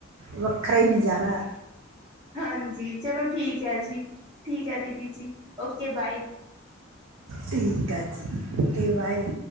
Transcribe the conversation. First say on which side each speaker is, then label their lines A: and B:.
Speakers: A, on the right (about 85°); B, on the right (about 20°).
A: ਵੱਖਰਾ ਹੀ ਨਜ਼ਾਰਾ
B: ਹਾਂਜੀ, ਚਲੋ ਠੀਕ ਐ ਜੀ, ਠੀਕ ਐ ਦੀਦੀ ਜੀ ਓਕੇ ਬਾਏ।
A: ਠੀਕ ਐ ਜੀ, ਓਕੇ ਬਾਏ।